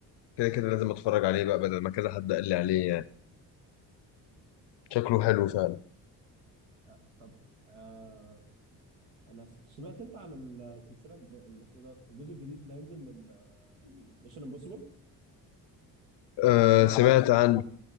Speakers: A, on the left; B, on the right.
A: كده كده لازم اتفرج عليه بقى بدل ما كذا حد قال لي عليه يعني شكله حلو فعلا
B: آه، طب آه أنا س- سمعت أنت عن السلسلة الج- اللي اسمه ده الجزء الجديد اللي هينزل من ميشن امبوسيبل
A: أه
B: ولا مالكش
A: سمعت
B: في ميشن امبوسيبل؟
A: عن